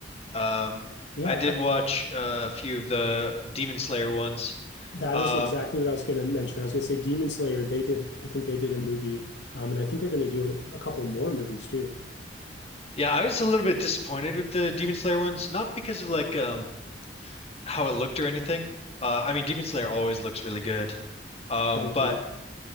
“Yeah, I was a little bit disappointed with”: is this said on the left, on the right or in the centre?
Left